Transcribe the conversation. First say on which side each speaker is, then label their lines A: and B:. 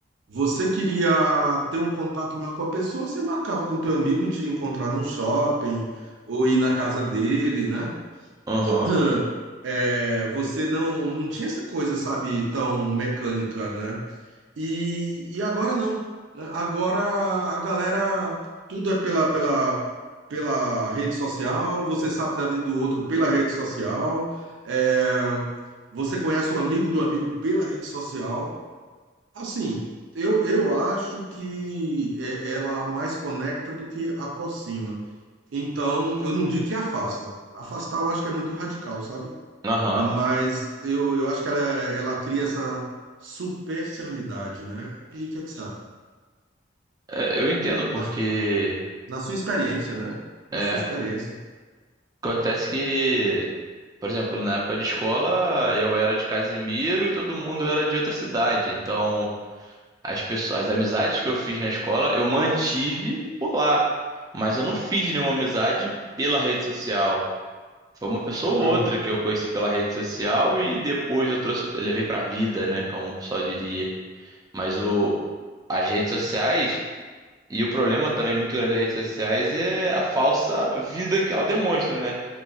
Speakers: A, on the right; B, on the right.
A: você queria ter um contato melhor com a pessoa, você marcava com teu amigo de encontrar num shopping ou ir na casa dele, né?
B: uhum,
A: <clears throat> É, você não, não tinha essa coisa, sabe, tão mecânica, né? E, e agora não, né? Agora a galera, tudo é pela, pela, pela rede social, você sabe da vida do outro pela rede social, é, você conhece um amigo do amigo pela rede social. Assim, eu, eu acho que é- ela mais conecta do que aproxima. Então, eu não digo que afasta. Afastar eu acho que é muito radical, sabe?
B: aham.
A: Mas eu, eu acho que ela, ela cria essa superficialidade, né? E o que é que você acha?
B: É, eu entendo porque
A: Na, na sua experiência, né? Na
B: é,
A: sua experiência.
B: acontece que, por exemplo, na época de escola eu era de Casimiro e todo mundo era de outra cidade. Então, as pessoas, as amizades que eu fiz na escola eu mantive por lá, mas eu não fiz nenhuma amizade pela rede social. Foi uma pessoa ou
A: Aham,
B: outra que eu conheci pela rede social e depois eu trouxe, levei pra vida, né, como o pessoal diria. Mas o, as redes sociais E o problema também muito grande das redes sociais é a falsa vida que ela demonstra, né?